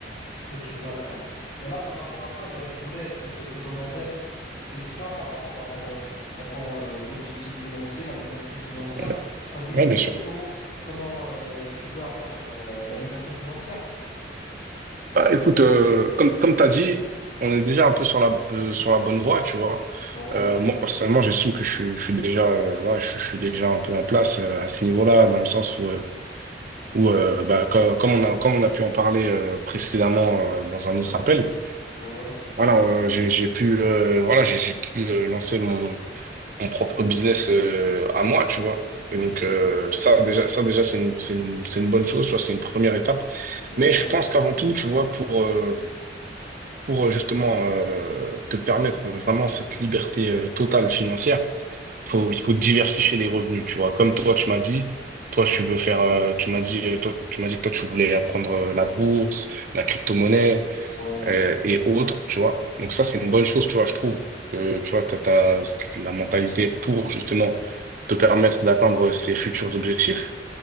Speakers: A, on the left; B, on the right.
A: que tu veux atteindre. Et là, par rapport à ça, ben, je voulais te, te, te demander une question par rapport à ton, à ton euh, objectif financier, la liberté financière.
B: Ouais,
A: Tu as des
B: ouais, bien
A: idées
B: sûr.
A: comment, comment euh, tu veux atteindre euh, la liberté financière?
B: Bah, écoute, euh, comme, comme tu as dit, on est déjà un peu sur la, euh, sur la bonne voie, tu vois.
A: Ouais,
B: Euh, moi, personnellement, j'estime que je, suis je suis déjà, euh, ouais, je, je suis déjà un peu en place euh, à ce niveau-là, dans le sens où, euh, où euh, bah, co- comme, on a, comme on a pu en parler euh, précédemment euh, dans un
A: ouais,
B: autre appel,
A: ouais,
B: voilà, euh, j'ai, j'ai pu, euh, voilà, j'ai, j'ai pu euh, lancer mon, mon propre business euh, à moi, tu vois. Et donc,
A: ok,
B: euh, ça, déjà, ça, déjà, c'est une, c'est une, c'est une bonne chose, tu vois, c'est une première étape.
A: ouais,
B: Mais je pense qu'avant tout, tu vois, pour, euh, pour euh, justement euh, te permettre vraiment cette liberté euh, totale financière, faut, il faut diversifier les revenus, tu vois. Comme toi, tu m'as dit, toi, tu veux faire, euh, tu m'as dit, euh, toi, tu m'as dit que toi, tu voulais apprendre euh, la bourse, la crypto-monnaie
A: ouais,
B: euh, et autres, tu vois. Donc ça, c'est
A: ouais,
B: une bonne chose, tu vois, je trouve. que tu vois, t'as, t'as la mentalité pour justement te permettre d'atteindre ces futurs objectifs.